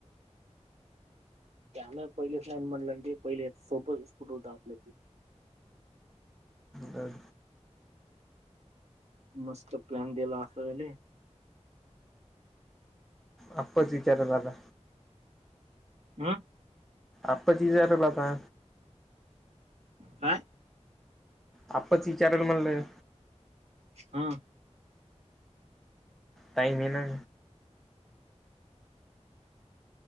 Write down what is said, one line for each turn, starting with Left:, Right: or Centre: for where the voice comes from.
Right: त्यामुळे पहिलेच नाही म्हटलं आणि क पहिले सोबच स्कुट होत आपल्या
Centre: बर
Right: मस्त प्लॅन द दिला आफली
Centre: आपपच विचार झाला
Right: हं
Centre: आपप तिलाता
Right: काय
Centre: आपच विचारायला म्हणलंय
Right: ह
Centre: टईम ये ना